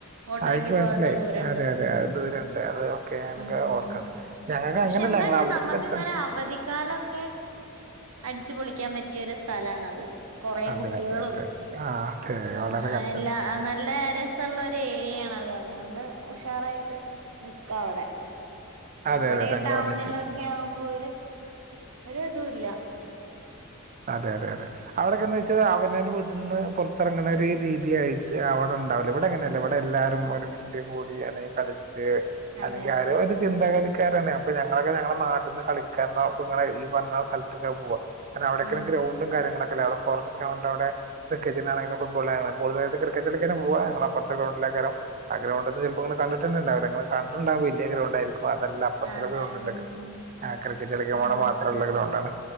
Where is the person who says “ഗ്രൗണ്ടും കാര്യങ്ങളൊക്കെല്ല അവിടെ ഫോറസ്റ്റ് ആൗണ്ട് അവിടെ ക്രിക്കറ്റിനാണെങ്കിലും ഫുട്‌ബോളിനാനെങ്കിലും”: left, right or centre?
Right